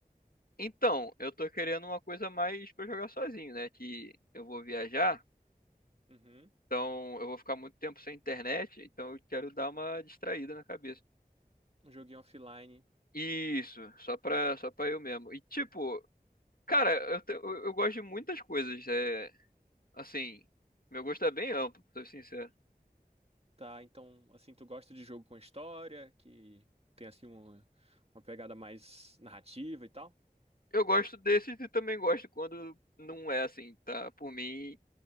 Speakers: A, on the left; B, on the right.
A: Então, eu tô querendo uma coisa mais pra eu jogar sozinho, né? Que eu vou viajar,
B: Uhum.
A: então eu vou ficar muito tempo sem internet, então eu quero dar uma distraída na cabeça.
B: Um joguinho offline.
A: Isso, só pra, só pra eu mesmo. E tipo, cara, eu, te- eu, eu gosto de muitas coisas. é, Assim, meu gosto é bem amplo, pra ser sincero.
B: Tá, então, assim, tu gosta de jogo com história, que tem, assim, uma, uma pegada mais narrativa e tal?
A: Eu gosto desses e também gosto quando não é assim, tá? Por mim,